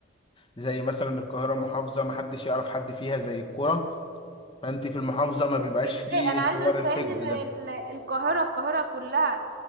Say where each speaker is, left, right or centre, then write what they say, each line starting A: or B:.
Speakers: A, on the left (about 25°); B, on the right (about 50°).
A: زي مثلا القاهرة محافظة محدش يعرف حد فيها زي الكرة فانت في المحافظة ما بيبقاش
B: ازاي
A: فيه
B: انا عايزة
A: حوار
B: تفهمني
A: الحقد
B: ان
A: ده
B: ال- القاهرة القاهرة كلها